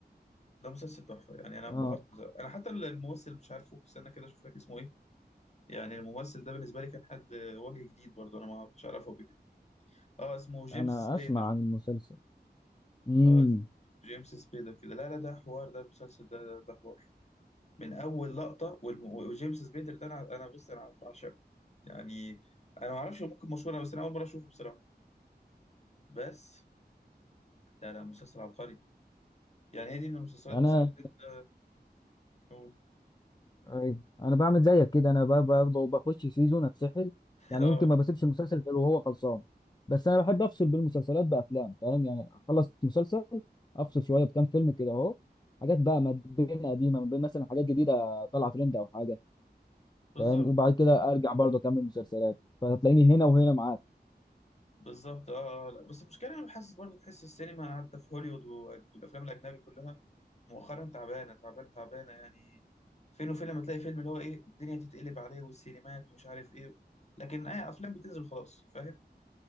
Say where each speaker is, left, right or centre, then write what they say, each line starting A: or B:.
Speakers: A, on the left; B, on the left.
A: ده مسلسل تحفة يعني أنا انبهرت
B: آه
A: بصراحة. أنا حتى الممثل مش عارفه استنى كده أشوف لك اسمه إيه. يعني الممثل ده بالنسبة لي كان حد وجه جديد برضه أنا ما كنتش أعرفه قبل كده أه اسمه جيمس
B: أنا
A: سبيدر
B: أسمع عن المسلسل امم
A: أه اسمه جيمس سبيدر كده لا لا ده حوار ده المسلسل ده ده, ده حوار من أول لقطة والم... وجيمس سبيدر ده أنا أنا بص أنا بعشقه يعني أنا ما أعرفش ممكن مشهور أنا، بس أنا أول مرة أشوفه بصراحة بس لا لا مسلسل عبقري يعني هي دي من المسلسلات
B: أنا
A: بصراحة اللي أنت <laughs>
B: أي. أنا بعمل زيك كده أنا ب- برضه بخش سيزون أتسحل يعني
A: أه
B: يمكن ما بسيبش المسلسل غير وهو خلصان بس أنا بحب أفصل بين المسلسلات بأفلام فاهم يعني أخلص مسلسل أفصل شوية بكام فيلم كده أهو حاجات بقى ما بين قديمة ما بين مثلا حاجات جديدة طالعة ترند أو حاجة
A: بالظبط
B: فاهم وبعد كده أرجع برضه أكمل مسلسلات فهتلاقيني هنا وهنا معاك
A: بالظبط اه آه، لا بس المشكله انا حاسس برضو تحس السينما حتى في هوليوود و- والافلام الاجنبي كلها مؤخرا تعبانه تعبانه تعبانه يعني فين وفين لما تلاقي فيلم اللي هو ايه الدنيا تتقلب عليه والسينمات ومش عارف ايه لكن اي افلام بتنزل خلاص فاهم